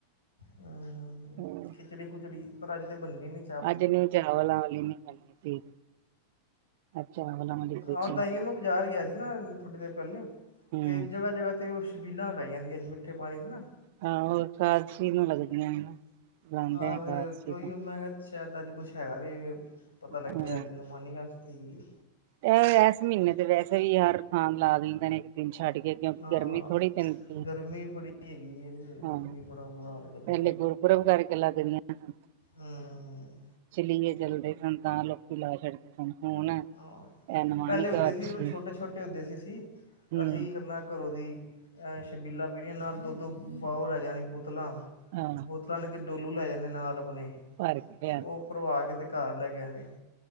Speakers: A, on the left (about 70°); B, on the right (about 50°).
A: ਹੂੰ ਹੂੰ
B: ਹੂੰ
A: ਖਿਚੜੀ ਖੁਚੜੀ ਪਰ ਅੱਜ ਬਣਨੀ ਨੀ।
B: ਅੱਜ ਨੀ ਚਾਵਲ ਵਾਲੀ ਨੀ, ਰੋਟੀ, ਚਾਵਲਾ ਵਾਲੀ ਕੋਈ
A: ਆਹ
B: ਚੀਜ਼
A: ਤਾਂਹੀਏ
B: ਨੀ
A: ਮੈਂ ਬਾਜ਼ਾਰ ਗਿਆ ਸੀ ਨਾ। ਥੋੜ੍ਹੀ ਦੇਰ ਪਹਿਲੇ ਤੇ
B: ਹੂੰ
A: ਜਗ੍ਹਾ-ਜਗਾ 'ਤੇ ਛਬੀਲਾਂ ਲਾਈਆਂ ਜਾਂਦੀਆਂ ਮਿੱਠੇ ਪਾਣੀ ਦੀ ਨਾ।
B: ਹਾਂ ਹੋਰ ਫਾਰਸੀ ਨੂੰ ਲੱਗਦੀਆਂ ਨੇ। ਬੁਲਾਂਦੇ
A: ਆਹ
B: ਨੇ ਏਕਾਦਸ਼ੀ
A: ਫਿਰ ਉਹੀਓ ਮੈ ਸ਼ਾਇਦ ਅੱਜ ਕੁਛ ਹੈਗਾ ਵੀ ਪਤਾ
B: ਨੂੰ
A: ਲੱਗਿਆ ਅੱਜ
B: ਹਾਂ।
A: ਨਿਮਾਨੀ ਆ ਸੀਗੀ।
B: ਇਹ ਇਸ ਮਹੀਨੇ ਤੇ ਵੈਸੇ ਵੀ ਹਰ ਥਾਂ ਲਾ ਦਿੰਦੇ ਨੇ ਇੱਕ ਦਿਨ ਛੱਡ ਕੇ ਕਿਉਂਕਿ
A: ਹਾਂ
B: ਗਰਮੀ ਥੋੜ੍ਹੀ ਪੈਂਦੀ
A: ਗਰਮੀ ਬੜੀ ਹੈਗੀ ਏ
B: ਹਾਂ
A: ਗਰਮੀ ਬੜਾ ਬੁਰਾ ਹਾਲ ਗਰਮੀ
B: ਪਹਿਲੇ
A: ਦਾ
B: ਗੁਰਪੁਰਬ ਘਰਕੇ ਲਗਦੀ ਆ।
A: ਹੂੰ
B: ਚਲੀਏ ਜਲਦੇ ਸਨ ਤਾਂ ਲੋਕੀ ਲਾ ਛੱਡਦੇ ਸਨ। ਹੁਣ
A: ਹਾਂ,
B: ਇਹ ਨਮਾਨੀ
A: ਪਹਿਲੇ ਹੁੰਦੇ
B: ਕ ਅੱਛੀ
A: ਸੀ ਜਦੋਂ ਛੋਟੇ-ਛੋਟੇ ਹੁੰਦੇ ਸੀ ਅਸੀ।
B: ਹਮ
A: ਅਸੀ ਕਰਨਾ ਘਰੋਂ ਦੀ ਹੈ ਛਬੀਲਾ ਪੀਣੀਆਂ ਨਾਲ ਦੁੱਧ ਦੋ ਬਾਓਲ ਉਹ ਲੈ ਜਾਣੀ ਬੋਤਲਾਂ
B: ਹਾਂ
A: ਬੋਤ ਬੰਨ ਕੇ ਡੋਲੂ ਲੈ ਜਾਣੇ ਨਾਲ ਆਪਣੇ
B: ਭਰ ਕੇ
A: ਤੇ
B: ਲਿਆਂਦਾ
A: ਉਹ ਭਰਵਾ ਕੇ ਘਰ ਲੈ ਕੇ ਆ ਨੇ।